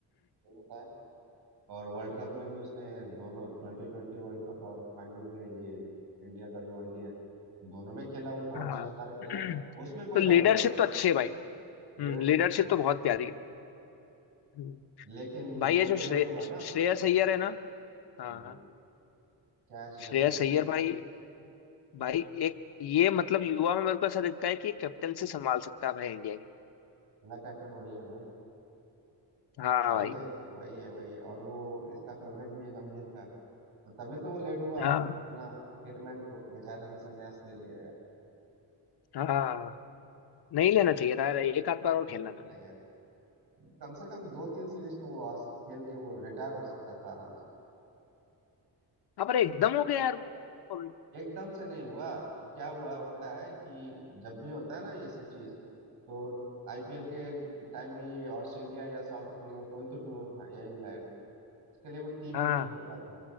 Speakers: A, on the right (about 65°); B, on the left (about 70°).
A: सही बताया और वर्ल्ड कप में भी उसने दोनों ट्वेंटी ट्वेंटी वर्ल्ड कप और फाइनल में ये इंडिया का जो वनडे है दोनों में खेला वो बहुत
B: हाँ
A: शानदार
B: <clears throat>
A: खेला उसमें कोई
B: तो लीडरशिप
A: डाउट नहीं है
B: तो अच्छी है भाई
A: लीडरशिप
B: हम्म लीडरशिप
A: सही
B: तो
A: है
B: बहुत प्यारी है हम्म,
A: लेकिन
B: भाई
A: वो
B: ये जो
A: तो
B: श्रे,
A: ले डूबा
B: श्रेयस
A: ना
B: अय्यर है ना हाँ
A: हम्म,
B: हाँ,
A: क्या है श्रेयस
B: श्रेयस
A: अय्यर
B: अय्यर
A: में
B: भाई भाई एक ये मतलब युवा में मेरे को ऐसा दिखता है कि कैप्टन से संभाल सकता है भाई इंडिया की
A: अगला कैप्टन वही है भाई
B: हाँ
A: वही
B: भाई
A: है वही है वही है और वो इसका फेवरेट भी है गंभीर का तो तभी तो वो लेट हुआ
B: हाँ
A: अपना हिटमैन को बेचारे ने संन्यास ले लिया यार
B: हाँ नहीं लेना चाहिए था यार एक आध बार और
A: बिल्कुल
B: खेलना था
A: नहीं यार कम से कम दो तीन सीरीज तो वो और खेल के वो रिटायर हो सकता था आराम से
B: हाँ पर एकदम हो गया यार वो। और
A: एकदम से नहीं हुआ क्या हुआ होता है कि जब भी होता है ना ये सब चीज तो आईपीएल के टाइम में ये ऑस्ट्रेलिया या साउथ अफ्रीका कोई तो टूर था या इंग्लैंड उसके लिए भी टीम
B: हाँ
A: मीटिंग हो रहा था